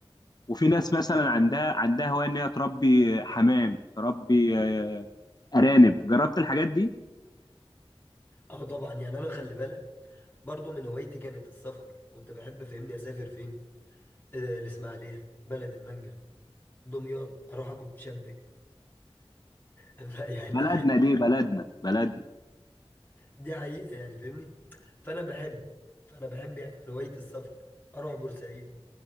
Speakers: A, on the left; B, on the left.
A: وفي ناس مثلا عندها عندها هوايه ان هي تربي حمام تربي آه، ارانب جربت الحاجات دي
B: اه طبعا يعني انا خلي بالك برضو من هوايتي كانت السفر كنت بحب فاهمني اسافر فين آه، الاسماعيلية بلد المانجا دمياط اروح اكل مشبك <laughs> يعني
A: بلدنا دي بلدنا بلدنا
B: دي حقيقة يعني فاهمني فأنا بحب فأنا بحب يعني من هواية السفر أروح بورسعيد